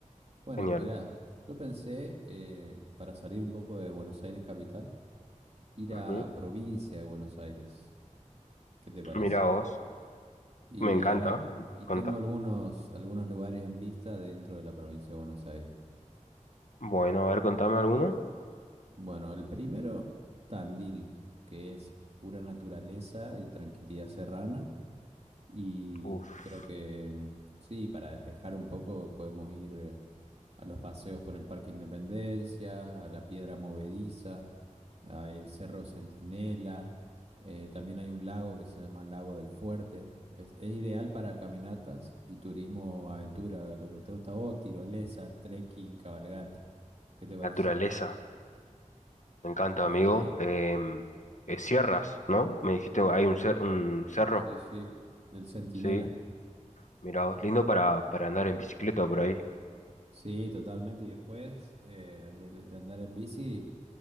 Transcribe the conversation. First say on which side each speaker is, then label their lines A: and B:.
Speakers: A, on the right; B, on the left.
A: Bueno,
B: Genial.
A: mirá, yo pensé, eh, para salir un poco de Buenos Aires capital, ir
B: Ujú.
A: a provincia de Buenos Aires. ¿Qué te parece?
B: Mira vos,
A: Y,
B: me encanta.
A: ano- y
B: Contá.
A: tengo algunos, algunos lugares en vista dentro de la provincia de Buenos Aires.
B: Bueno, a ver, contame alguno.
A: Bueno, el primero, Tandil, que es pura naturaleza y tranquilidad serrana. Y
B: Uf,
A: creo que mm, sí, para despejar un poco podemos ir. eh, a los paseos por el Parque Independencia, a la Piedra Movediza, a el Cerro Centinela. Eh, también hay un lago que se llama Lago del Fuerte. Es, es ideal para caminatas y turismo aventura, lo que te gusta a vos, tirolesa, trekking, cabalgata. ¿Qué te parece?
B: naturaleza, me encanta
A: Sí,
B: amigo. Em, eh, sierras, ¿no? Me dijiste, hay un, cer- un cerro.
A: sí, sí. El Centinela.
B: Sí, mira vos, lindo para, para andar en bicicleta por ahí.
A: Sí, totalmente. Y después eh, de, de andar en bici,